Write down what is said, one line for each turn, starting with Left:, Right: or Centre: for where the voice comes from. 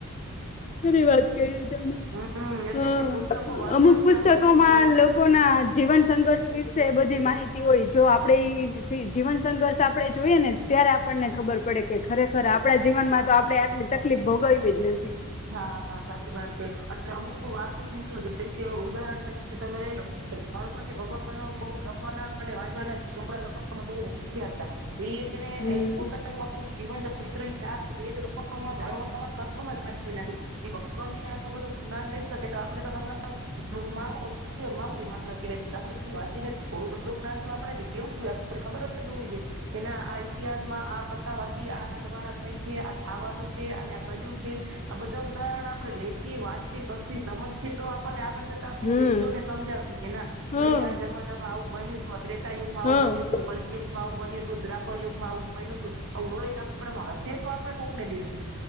Left: ખરી વાત કયરી તમે,
Right: હમ એટલે
Left: હં
Right: જ ને પુસ્તકો વાંચવાથી
Left: અમુક પુસ્તકોમાં
Right: આપણને શું મળે છે
Left: લોકોના જીવન સંઘર્ષ વિશે બધી માહિ હિતી હોય, જો આપડે ઈ જીવન સંઘર્ષ આપડે જોઈએ ને, ત્યારે આપણને ખબર પડે કે ખરેખર આપડા જીવનમાં તો આપડે આટલી તકલીફ ભોગય્વી જ નથી.
Right: હાં હાં, સાચી વાત છે અને અમુક વાતોનું જો જેમ કે ઉદાહરણ <unintelligible> તમારે <unintelligible> ગણપતિ ભગવાન બઉ લખવાના અને વાંચવાના ચોપડા લખવામાં બહુ હોશિયાર હતા. એઇપને
Left: હમ
Right: આય્ પોતાનું આખુ એ <unintelligible> ચરિત્ર ઈ ચાર વેદ લખવામાં, જાણવામાં, કરવામાંજ કાઢ કરી નાંખી, એ ભગવાન થઈને આટલું બધું જ્ઞાન લઈ શકે, તો આપડે તો <unintelligible> મામુલી માણસ કેવાય, તો આપડે બધી વાંચીને થોડું બઢુ જ્ઞાન તો આપડે દે દેવું જ જોઈએ. આપડે ખબર જ હોવી છે, કે ના આ ઈતિહાસમાં આ કથા હતી, આના દ્વારા થઈ છે, આ થાવાનું છે અને આ કર્યું છે. આ બધા ઉદાહરણ આપડે લેસીએ, વાંચીએ, કરશી, સમજશી તો આપણને આગળ જો તા આપડી
Left: હમ.
Right: પેઢીઓને સમજાવશી, કે ના
Left: હમ
Right: ભઈ આ જમાનામાં આવું બન્યુ. ક ત્રેતા યુગમાં
Left: હમ
Right: આવું બન્યું તું <unintelligible> માં આવુ બન્યું તુ, દ્વાપર યુગમાં આવું બયનું આવુ નોલેજ આપડામાં હસ છે તો આપણે કોકને દેશી.